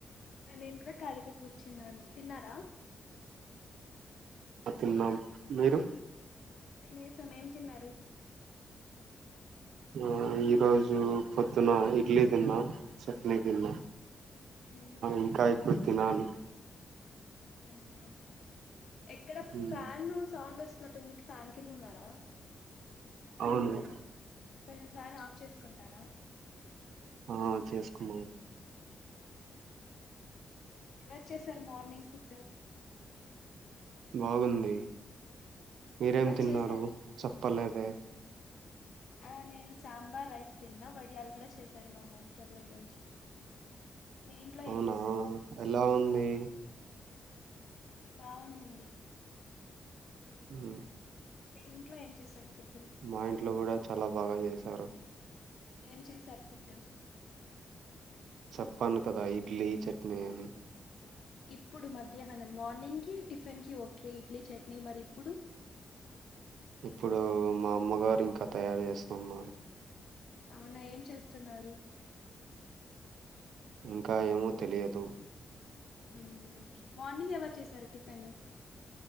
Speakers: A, on the left; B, on the right.
A: నేను కూడా ఖాళీగా కూర్చున్నాను, తిన్నారా?
B: ఆ తిన్నాం మీరు?
A: తినేసం, ఏం తిన్నారు?
B: ఆ ఈ రోజు పొద్దున్న ఇడ్లీ తిన్నా. చట్నీ తిన్న,
A: ఉమ్, ఉమ్.
B: ఇంకా ఇప్పు తినాలి.
A: అవునా ఎక్కడ
B: ఉమ్,
A: ఫ్యాన్ సౌండ్ వస్తున్నట్టుంది. సా కింద ఉన్నారా?
B: అవును
A: కొంచెం ఫ్యాన్ ఆఫ్ చేసుకుంటారా.
B: ఆ చేసుకున్నాను.
A: ఎవరు చేసారు మార్నింగ్ ఫుడ్?
B: బాగుంది. మీరేం
A: ఎవరు
B: తిన్నారు
A: చేశారు
B: చెప్పలేదే.
A: ఆ నేను సాంబార్ రైస్ తిన్నా, వడియాలు కూడా చేసారు మా హాస్టల్లో ఈరోజు. మీ ఇంట్లో ఏం
B: ఔనా
A: చేశారు
B: ఎలా ఉంది
A: బావుందండి
B: ఉమ్
A: మిఇంట్లో ఏం చేశారు ఫుడ్
B: మా ఇంట్లో గుడా చాలా బాగా జేస్ సారు
A: ఏం చేశారు ఫుడ్
B: చెప్పను కదా ఇడ్లీ, చట్నీ అని
A: ఇప్పుడు మధ్యాహ్నం మార్నింగ్కి టిఫిన్ కి ఒకే ఇడ్లీ, చట్నీ మరి ఇప్పుడు
B: ఇప్పుడూ మా అమ్మగారు ఇంకా తయారు జేస్తున్నారు
A: ఔనా ఏం చేస్తున్నారు
B: ఇంకా ఏమో తెలియదు
A: ఉమ్ కే మార్నింగ్ ఎవరు చేసారు టిఫిను